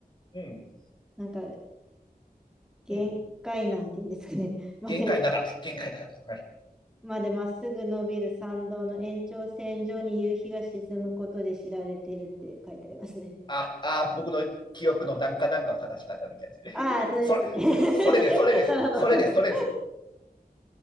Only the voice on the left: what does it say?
うん、
うん。
限界なだ。限界なだ。はい。
あ、あ、僕の記憶のなんかなんかを正しかったみたいですね。
<laughs> それ、
それです、それです、
それです、それです。